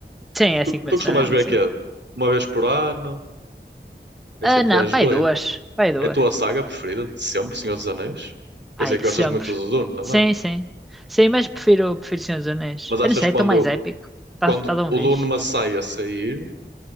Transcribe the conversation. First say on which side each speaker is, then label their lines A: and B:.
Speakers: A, in the centre; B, on the right.
A: Sim, é
B: Tu,
A: cinco meses
B: tu costumas
A: na mesma,
B: ver
A: sim.
B: que é uma vez por ano? Eu
A: Ah,
B: sei que
A: não,
B: tu és
A: pá,
B: doido.
A: aí duas. Pá, aí duas.
B: É a tua saga preferida de sempre, Senhor dos Anéis? Eu
A: Ah,
B: sei
A: é de
B: que gostas
A: sempre.
B: muito do Dune também,
A: Sim, sim. Sim, mas prefiro, prefiro Senhor dos Anéis.
B: mas achas
A: Eu não sei,
B: que
A: é
B: quando,
A: tão mais épico. Está
B: quando
A: tá tá de uma
B: o
A: vez.
B: Dune Messiah a sair,